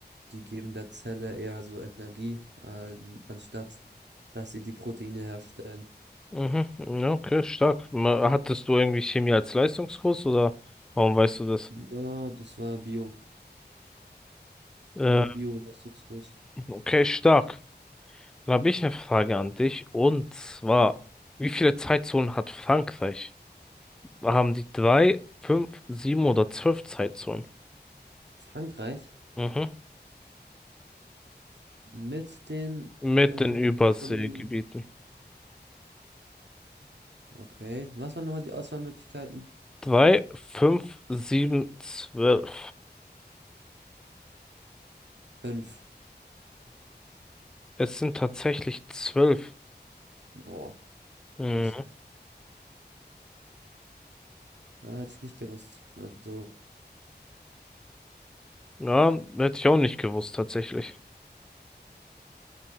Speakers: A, on the right (about 85°); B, in the centre.
A: die geben der Zelle eher so Energie, an- anstatt dass sie die Proteine herstellen.
B: Mhm. Ja, okay, stark. Ma- Hattest du irgendwie Chemie als Leistungskurs oder warum weißt du das?
A: Ja, das war Bio,
B: Äh,
A: also Bio-Leistungskurs.
B: Okay, stark. Dann habe ich eine Frage an dich. Und zwar, wie viele Zeitzonen hat Frankreich? Haben die drei, fünf, sieben oder zwölf Zeitzonen?
A: Frankreich
B: Mhm.
A: mit den
B: Mit
A: äh,
B: den Überseegebieten.
A: Kolonien. Okay, was waren nochmal die Auswahlmöglichkeiten?
B: Drei, fünf, sieben, zwölf.
A: Fünf.
B: Es sind tatsächlich zwölf.
A: Boah,
B: Mhm.
A: krass. Äh, hätte ich nicht gewusst. Also,
B: Ja, hätte ich auch nicht gewusst, tatsächlich.